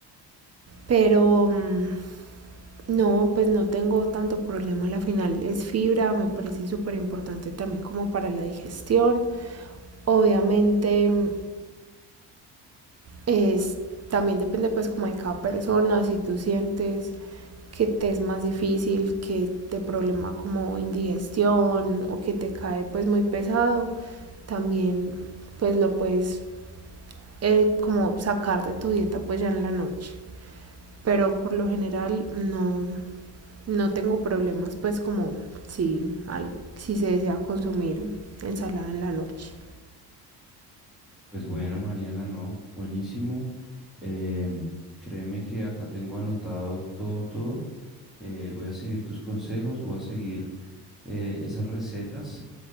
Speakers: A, on the right; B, in the centre.
A: Pero mm, no, pues no tengo tanto problema. A La final es fibra, me parece súper importante también como para la digestión. Obviamente mm, es, también depende pues como de cada persona, si tú sientes que te es más difícil, que te problema como indigestión o que te cae pues muy pesado, también pues lo puedes eh, como sacar de tu dieta pues ya en la noche. Pero por lo general no, no tengo problemas pues como si, al, si se desea consumir ensalada en la noche.
B: Pues bueno, Mariana, no, buenísimo. Em, créeme que acá tengo anotado todo, todo. Eh, voy a seguir tus consejos, voy a seguir eh, esas recetas